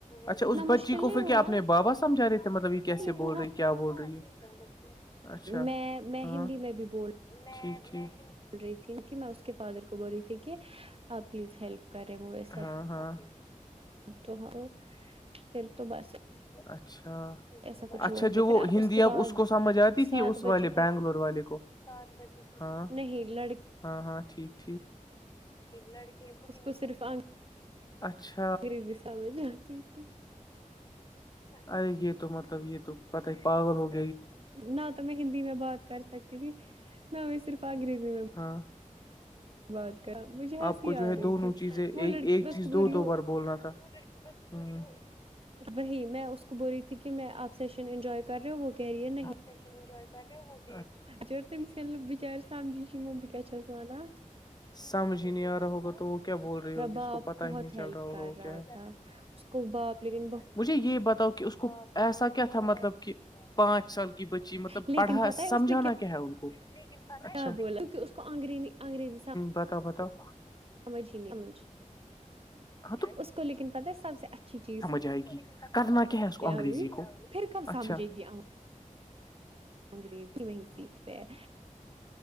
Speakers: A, on the left; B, on the right.
A: اچھا
B: اتنا
A: اس بچی
B: مشکل
A: کو
B: نہیں
A: پھر
B: ہوا
A: کیا اپنے بابا سمجا رہے تھے مطلب یہ کیس
B: لیکن
A: بول
B: ہاں
A: رہی کیا بول رہی ہے اچھا
B: میں میں
A: ہاں
B: ہندی میں بھی بول
A: ٹھیک ٹھیک
B: بول رہی تھی میں اس کے فادر کو بول رہی تھی کہ آپ پلیز ہیلپ کر رہے مجھے سب
A: ہاں ہاں
B: تو ہ پھر تو بس
A: اچھا
B: ایسا کچھ
A: اچھا
B: ہو گیا
A: جو
B: پھر
A: وہ ہندی
B: کے
A: اب
B: بعد
A: اس کو سمجھ آتی
B: سات
A: تھی اس
B: بجے
A: والے
B: کی
A: بنگلور والے کو ہاں
B: نہیں لڑکی
A: ہاں ہاں ٹھیک ٹھیک لڑکے کومج
B: اس کو صرف
A: اچھا
B: انگریزی سمجھ آتی تھی
A: ارے یہی تو مطلب یہی تو پت ہی پاگل ہوگ
B: نہ تو میں ہندی میں بات کر سکتی تھی نہ میں صرف انگریزی میں
A: ہاں
B: بات کر مجھے ہنسی
A: آپ کو
B: آ
A: جو ہے
B: رہی
A: دونوں
B: تھی
A: چیزیں ایک
B: وہ لڑکی بس
A: چیز
B: کو بول
A: دو
B: رہی ہوں
A: دو بار بولنا تھا ہوں
B: وہی میں اس کو بول رہی تھی کہ میں آپ سیشن انجوائے کر رہے ہو وہ کیریئر نہیں
A: سیشن انجوائے کر رہے ہوگ
B: جب تمس یل ن بچارر سمجھش مو ب کی چس ونان
A: سمجھ ہی نہیں آ رہا ہوگا تو وہ کیا بول رہی ہوگی
B: رباب
A: اس کو پتا
B: بہت
A: ہی نہیں
B: ہیلپ
A: چل رہا ہوگا
B: کر
A: وہ
B: رہا
A: کیا
B: تھا اس کو باپ لیکن بہت
A: مجھے یہ بتاؤ کہ اس کو ایسا کیا تھا مطلب کہ پانچ سال کہ بچی مطلب
B: لیکن
A: پڑھا
B: پتہ
A: سمجھانا
B: ہے اس نے
A: کیا ہے ان کو اچھا
B: کیا بولا کیکہ اس کوری انگریزی س
A: پتا پتا
B: سمجھ ہی نہیں سمج
A: ہاں
B: اس کو لیکن پت ہے سب سے اچھی چیز کی
A: جائے گی قدمہ کیا کو
B: کیا
A: انگریزی
B: ہوئی
A: کو ہوئی؟
B: پھر کب سمجھے
A: اچھا
B: گی آں انگریزی میں ہی سیکھتے ہیں